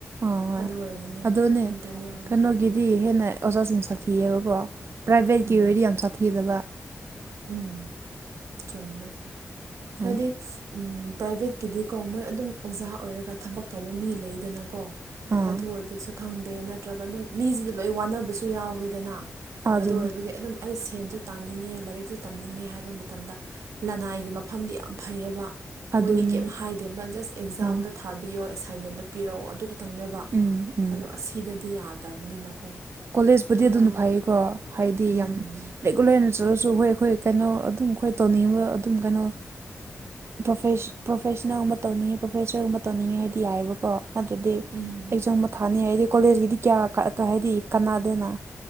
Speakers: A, on the right; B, on the right.
A: ꯑ ꯍꯣꯏ
B: ꯑꯗꯨ ꯑꯣꯏꯕꯅꯤꯅ
A: ꯑꯗꯨꯅꯦ
B: ꯏꯟꯇꯔꯅꯦꯜꯗꯣ
A: ꯀꯩꯅꯣꯒꯤꯗꯤ ꯍꯦꯟꯅ ꯑꯣꯖꯥꯁꯤꯡ ꯁꯥꯊꯤꯑꯕꯀꯣ ꯄ꯭ꯔꯥꯏꯕꯦꯠꯀꯤ
B: ꯎꯝ
A: ꯑꯣꯏꯗꯤ ꯌꯥꯝ ꯁꯥꯊꯤꯗꯕ
B: ꯎꯝ ꯆꯨꯃꯦ
A: ꯑꯥ
B: ꯍꯥꯏꯗꯤ ꯎꯝ ꯄ꯭ꯔꯥꯏꯚꯦꯠꯀꯤꯗꯤꯀꯣ ꯃꯣꯏ ꯑꯗꯨꯝ ꯑꯣꯖꯥ ꯑꯣꯏꯔꯒ ꯊꯕꯛ ꯇꯧꯕ ꯃꯤ ꯂꯩꯗꯅꯀꯣ
A: ꯑꯥ
B: ꯑꯗꯨ ꯑꯣꯏꯕꯁꯨ ꯈꯪꯗꯦ ꯅꯠꯇ꯭ꯔꯒ ꯑꯗꯨꯝ ꯃꯤꯁꯤꯗꯤ ꯂꯣꯏ ꯋꯥꯅꯕꯁꯨ ꯌꯥꯎꯋꯦꯗꯅ
A: ꯑꯗꯨꯅꯦ
B: ꯑꯗꯨ ꯑꯣꯏꯕꯒꯤ ꯑꯗꯨꯝ ꯑꯩ ꯁꯦꯟꯁꯨ ꯇꯥꯅꯤꯡꯉꯦ ꯂꯥꯏꯔꯤꯛ ꯁꯨ ꯇꯝꯅꯤꯡꯉꯦ ꯍꯥꯏꯕ ꯃꯇꯝꯗ ꯂꯅꯥꯏꯒꯤ ꯃꯐꯝꯗꯤ ꯌꯥꯝ ꯐꯩꯌꯦꯕ
A: ꯑꯗꯨꯅꯦ
B: ꯃꯣꯏꯗꯤ ꯀꯩꯝ ꯍꯥꯏꯗꯦꯕ ꯖꯁ ꯑꯦꯛꯖꯥꯝꯗꯣ
A: ꯑꯥ
B: ꯊꯥꯕꯤꯌꯣ ꯑꯦꯁꯥꯏꯟꯃꯦꯟꯗꯣ ꯄꯤꯔꯛꯑꯣ ꯑꯗꯨꯒ ꯇꯪꯅꯦꯕ
A: ꯎꯝ ꯎꯝ
B: ꯑꯗꯣ ꯑꯁꯤꯗꯗꯤ ꯌꯥꯗꯕꯅꯤꯅꯀꯣ
A: ꯀꯣꯂꯦꯖꯄꯨꯗꯤ
B: ꯄꯨꯔꯥ
A: ꯑꯗꯨꯅ ꯐꯩꯌꯦꯀꯣ ꯍꯥꯏꯗꯤ
B: ꯎꯝ
A: ꯌꯥꯝ ꯔꯦꯒꯨꯂꯔ ꯑꯣꯏꯅ ꯆꯠꯂꯁꯨ ꯍꯣꯏ ꯑꯩꯈꯣꯏ ꯀꯩꯅꯣ ꯑꯗꯨꯝ ꯑꯩꯈꯣꯏ ꯇꯧꯅꯤꯡꯕ ꯑꯗꯨꯝ ꯀꯩꯅꯣ ꯄ꯭ꯔꯣꯐꯦꯁꯟꯅꯜꯒꯨꯝꯕ ꯇꯧꯅꯤꯡꯉꯤ ꯄ꯭ꯔꯣꯐꯦꯁꯔꯒꯨꯝꯕ ꯇꯧꯅꯤꯡꯉꯦ ꯍꯥꯏꯗꯤ ꯌꯥꯏꯑꯕꯀꯣ ꯑꯗꯨꯗꯤ
B: ꯎꯝ
A: ꯑꯦꯛꯖꯥꯝ ꯑꯃ ꯊꯥꯅꯤ ꯍꯥꯏꯗꯤ ꯀꯣꯂꯦꯖꯀꯤꯗꯤ ꯀꯌꯥ ꯍꯥꯏꯗꯤ ꯀꯥꯟꯅꯥꯗꯦꯅ